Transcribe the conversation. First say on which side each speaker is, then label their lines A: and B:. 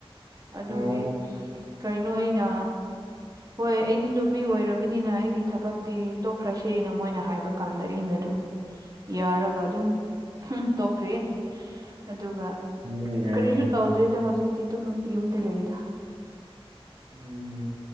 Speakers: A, on the right; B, on the right.
A: ꯑꯗꯨꯒꯤ
B: ꯑꯣ
A: ꯀꯩꯅꯣ ꯑꯩꯅ ꯍꯣꯏ ꯑꯩꯗꯤ ꯅꯨꯄꯤ ꯑꯣꯏꯔꯕꯅꯤꯅ ꯑꯩꯒꯤ ꯊꯕꯛꯇꯤ ꯇꯣꯛꯈ꯭ꯔꯁꯦꯅ ꯃꯣꯏꯅ ꯍꯥꯏꯕ ꯀꯥꯟꯗ ꯑꯩꯅ ꯑꯗꯨ ꯌꯥꯎꯔꯒ ꯑꯗꯨꯝ ꯇꯣꯛꯈ꯭ꯔꯦ ꯑꯗꯨꯒ
B: ꯌꯥꯏꯗ ꯌꯥꯏꯗ
A: ꯀꯔꯤꯁꯨ ꯇꯧꯗꯣꯏꯗ ꯍꯧꯖꯤꯛꯇꯤ ꯑꯗꯨꯝ ꯌꯨꯝꯗ ꯂꯩꯔꯤꯗ
B: ꯎꯝ